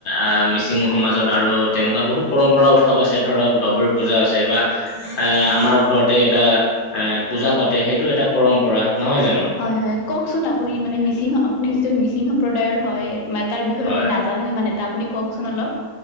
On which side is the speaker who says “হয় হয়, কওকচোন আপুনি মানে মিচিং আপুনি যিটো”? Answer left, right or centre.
Left